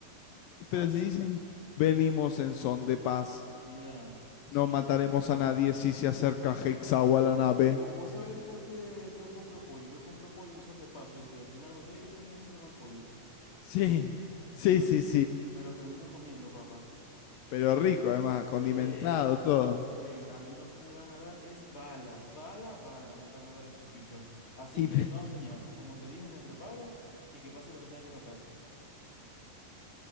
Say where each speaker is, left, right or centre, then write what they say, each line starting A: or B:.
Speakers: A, on the left; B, on the left.
A: Estás,
B: Pero si dicen, venimos en son de paz.
A: mira,
B: No
A: son...
B: mataremos a nadie si se acerca Hexau a la nave.
A: vo- Vos sabéis por qué yo compro pollo. Yo compro pollo en son de paso, ¿viste? Y al final, ¿vos sabéis qué termino haciendo con el pollo?
B: Sí, sí,
A: Me lo,
B: sí, sí.
A: me lo termino comiendo, papá.
B: Pero rico, además, condimentado,
A: Ey,
B: todo.
A: ey, a mí lo que me van a dar es bala, bala, bala, me van a dar esos bichos. Así
B: Y,
A: que no, señor, como te dije, me preparo y que pase lo que tenga que pasar.